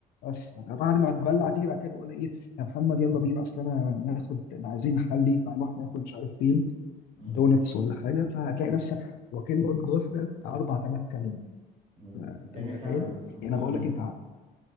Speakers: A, on the left (about 70°); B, on the right (about 35°).
A: بس بعد ما اتبلع هتيجي بعد كده تقول لي ايه يا محمد يلا بينا اصل انا ناخد انا عايزين محلي فهنروح ناكل مش عارف فين
B: امم
A: دونتس ولا حاجه فهتلاقي نفسك واكل وجبه واحده بتاع 4000 كالوري
B: امم
A: فانت
B: الدنيا
A: متخيل
B: فعلا بتبوظ
A: يعني انا بقول
B: مني
A: لك انت